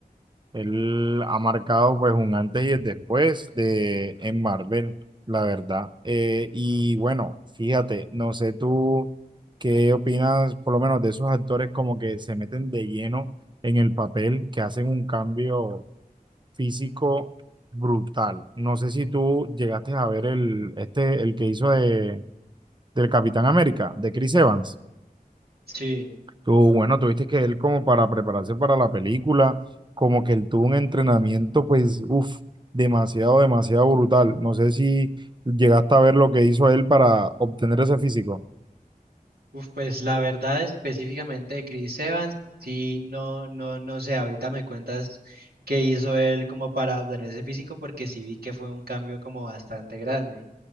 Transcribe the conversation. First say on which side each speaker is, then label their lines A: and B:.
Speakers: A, on the right; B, on the right.
A: Él ha marcado pues un antes y el después de en Marvel, la verdad. Eh, y bueno, fíjate, no sé tú qué opinas, por lo menos de esos actores como que se meten de lleno en el papel, que hacen un cambio físico brutal. No sé si tú llegaste a ver el, este, el que hizo de, del Capitán América, de Chris Evans.
B: Sí,
A: Tú, bueno, tuviste que él como para prepararse para la película, como que él tuvo un entrenamiento, pues, uff, demasiado, demasiado brutal. No sé si llegaste a ver lo que hizo él para obtener ese físico.
B: uf, pues la verdad específicamente de Chris Evans, sí, no, no, no sé, ahorita me cuentas qué hizo él como para obtener ese físico porque sí vi que fue un cambio como bastante grande.